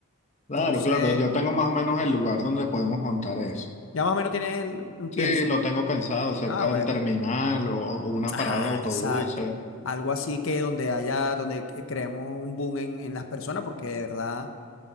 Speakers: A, on the left; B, on the left.
A: Claro,
B: Entonces,
A: claro, yo tengo más o menos el lugar donde podemos montar eso.
B: ya más o menos tienes el- un pienso.
A: Sí, lo tengo pensado, cerca
B: Ah, bueno.
A: del terminal o, o una
B: Ajá,
A: parada de autobuses.
B: exacto. Algo así que donde haya, donde cre- creemos un boom en, en las personas, porque de verdad